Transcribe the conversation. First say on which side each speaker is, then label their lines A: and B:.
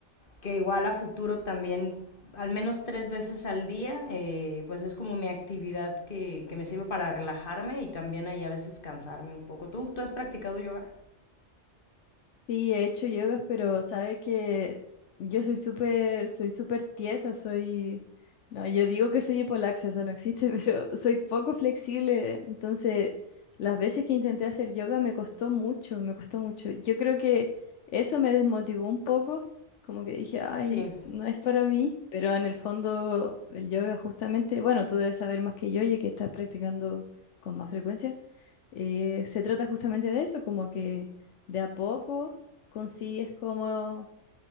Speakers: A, on the left (about 45°); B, on the left (about 75°).
A: que igual a futuro también, al menos tres veces al día, eh, pues es como mi actividad que, que me sirve para relajarme y también ahí a veces cansarme un poco. ¿Tú, tú has practicado yoga?
B: Sí, he hecho yoga, pero sabe que yo soy súper, soy súper tiesa, soy, no, yo digo que soy hipolaxa, eso no existe, <laughs> pero soy poco flexible, entonces las veces que intenté hacer yoga me costó mucho, me costó mucho. Yo creo que eso me desmotivó un poco, como que dije, ay,
A: <laughs> Sí.
B: no es para mí, pero en el fondo el yoga justamente, bueno, tú debes saber más que yo, ya que estás practicando con más frecuencia, eh, se trata justamente de eso, como que de a poco consigues como